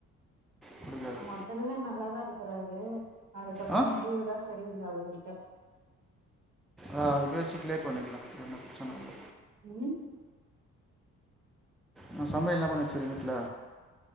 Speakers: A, in the centre; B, on the right (about 80°).
A: புடிக்காது
B: நாப் தெல்லா நல்லாதா இருக்கறாரு அதுக்கப்றம்
A: ஆ
B: முடிவு தா சரியில்ல அவுருகிட்ட
A: ஆ பேசிக்ளே பண்ணிக்லா ஒன்னும் பிரச்சன இல்ல
B: ம்
A: நா சமையெல்லா பண்ண வச்சுருவே வீட்ல